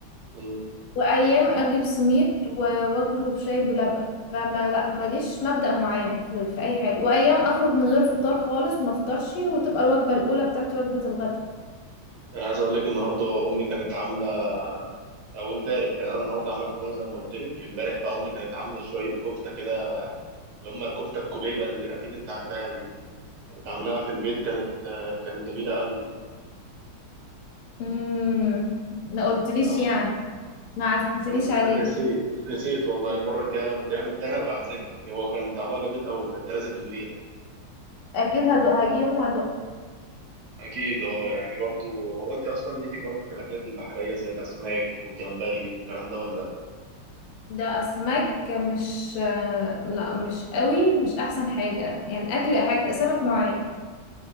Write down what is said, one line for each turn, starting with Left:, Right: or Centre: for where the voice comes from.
Right: تمام
Left: وايام اجيب سميت و- واكله بشاي بلبن فما لا ماليش مبدأ معين في, في اي حاجه وايام اخرج من غير فطار خالص ما افطرش وتبقى الوجبه الاولى بتاعتي وجبه الغداء
Right: انا عايز اقول لك النهارده امي كانت عامله او امبارح يعني انا النهارده عملت كورونا زي ما قلت لك امبارح بقى امي كانت عامله شويه كفته كده اللي هم الكفته الكوبيبه اللي اكيد انت عارفاها دي كانت عاملاها في البيت كانت آه، كانت جميله قوي
Left: امم ما قلتليش
Right: آه،
Left: يعني ما عزمتنيش
Right: انا
Left: عليه
Right: نسيت نسيت والله المره الجايه لما تعمل تاني ابقى اعزمك هو كان طعمها جميل قوي فانت لازم تدوقيها
Left: اكيد هدوق هيجي يوم وهدوق
Right: اكيد اه يعني برضو هو انت اصلا ليكي برضو في الاكلات البحريه زي الاسماك والجمبري والكلام ده ولا لا
Left: ده اسماك مش آه، لا مش قوي مش احسن حاجه يعني اكل حاجه سمك معين